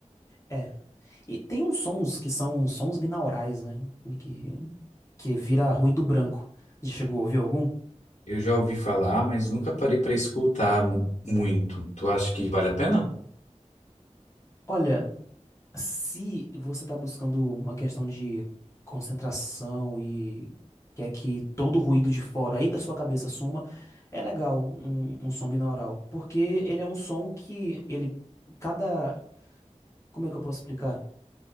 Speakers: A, on the left (about 25°); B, on the left (about 75°).
A: É. E tem uns sons que são sons binaurais, né? Que, que vira ruído branco. Você chegou a ouvir algum?
B: Eu já ouvi falar, mas nunca parei pra escutar mu- muito. Tu acha que vale a pena?
A: Olha. Se você está buscando uma questão de concentração e quer que todo o ruído de fora aí da sua cabeça suma, é legal um, um som binaural, porque ele é um som que ele cada, como é que eu posso explicar?